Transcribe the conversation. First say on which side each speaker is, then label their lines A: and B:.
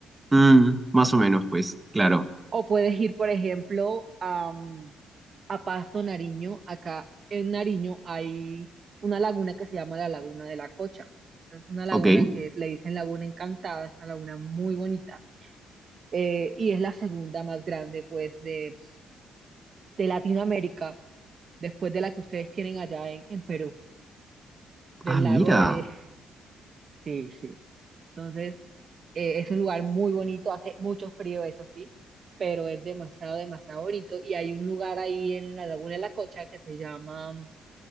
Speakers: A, on the right (about 15°); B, on the right (about 45°).
A: Mm, más o menos, pues, claro.
B: O puedes ir, por ejemplo, a, mm, a Pasto, Nariño. Acá en Nariño hay una laguna que se llama la Laguna de la Cocha. Es una laguna
A: Ok.
B: que es- le dicen Laguna Encantada, es una laguna muy bonita. eh, y es la segunda más grande, pues, de, de Latinoamérica, después de la que ustedes tienen allá en, en Perú, del
A: Ah, mira.
B: lago de... <laughs> Entonces, eh, es un lugar muy bonito, hace mucho frío, eso sí, pero es demasiado, demasiado bonito. Y hay un lugar ahí en la Laguna de la Cocha que se llama mm,